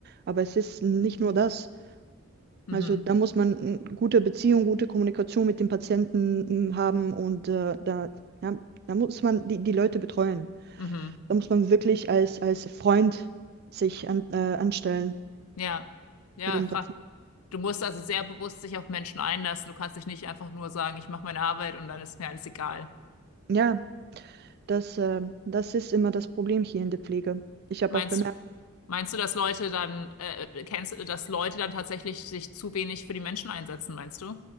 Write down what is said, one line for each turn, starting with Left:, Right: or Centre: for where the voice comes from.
Right: Aber es ist nicht nur das.
Left: Mhm.
Right: Also da muss man eine gute Beziehung, gute Kommunikation mit dem Patienten mm, haben und äh, da, ja, da muss man die, die Leute betreuen.
Left: Mhm. Mhm.
Right: Da muss man wirklich als, als Freund sich an, äh, anstellen
Left: Ja, ja,
Right: zu dem
Left: krass.
Right: Patienten.
Left: Du musst also sehr bewusst dich auf Menschen einlassen. Du kannst dich nicht einfach nur sagen, ich mache meine Arbeit und dann ist mir alles egal.
Right: Ja, das, äh, das ist immer das Problem hier in der Pflege. Ich habe
Left: Meinst,
Right: auch bemerkt,
Left: meinst du, dass Leute dann, äh, kennst, dass Leute dann tatsächlich sich zu wenig für die Menschen einsetzen, meinst du?